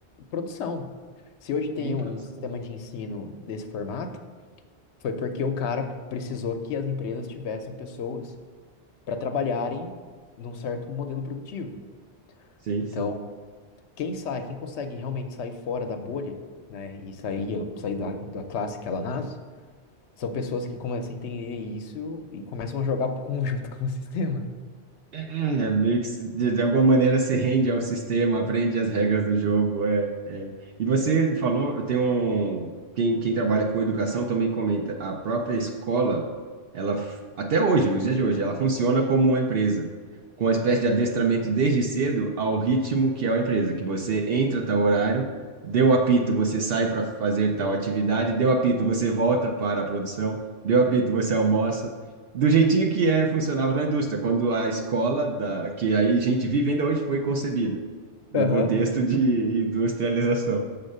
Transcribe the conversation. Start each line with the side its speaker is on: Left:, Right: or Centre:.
Left: produção. Se hoje tem
Right: Um produção.
Left: um sistema de ensino desse formato, foi porque o cara precisou que as empresas tivessem pessoas para trabalharem num certo modelo produtivo.
Right: Sim,
Left: Então,
Right: sim.
Left: quem sai, quem consegue realmente sair fora da bolha, né, e sair, sair da, da classe que ela nasce, são pessoas que começam a entender isso e começam a jogar pro conjunto <laughs> com o sistema.
Right: É, é, é, meio que se- de, de alguma maneira se rende ao sistema, aprende as regras do jogo. É, é. E você falou, eu tenho um, quem, quem trabalha com educação também comenta, a própria escola, ela f- até hoje, nos dias de hoje, ela funciona como uma empresa, com uma espécie de adestramento desde cedo ao ritmo que é a empresa, que você entra a tal horário, deu apito, você sai para fazer tal atividade, deu apito, você volta para a produção, deu apito, você almoça do jeitinho que é funcionava na indústria, quando a escola da que aí a gente vive ainda hoje foi concebida no
Left: Aham.
Right: contexto de industrialização.